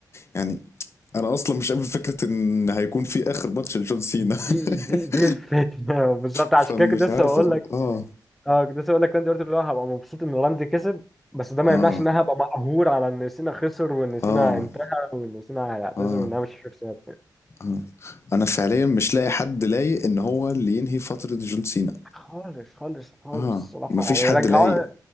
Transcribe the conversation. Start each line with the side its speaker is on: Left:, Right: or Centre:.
Left: يعني انا اصلا مش قابل فكرة ان هيكون في اخر ماتش لجون سينا
Centre: دي دي
Left: <laughs>
Centre: دي الفكره <laughs> بالظبط عشان
Left: فمش
Centre: كده كنت لسه
Left: عارف
Centre: بقول
Left: أظن.
Centre: لك
Left: اه
Centre: اه كنت لسه بقول لك انت قلت اللي هو هبقى مبسوط ان راندي كسب بس ده ما
Left: اه
Centre: يمنعش ان انا هبقى مقهور على ان سينا خسر وان سينا
Left: اه
Centre: انتهى وان سينا هيعتذر
Left: اه
Centre: وان انا مش هشوف سينا تاني
Left: اه انا فعليا مش لاقي حد لايق ان هو اللي ينهي فترة جون سينا
Centre: خالص خالص خالص
Left: اه
Centre: الصراحه
Left: مفيش
Centre: يعني
Left: حد
Centre: رجعوا
Left: لايق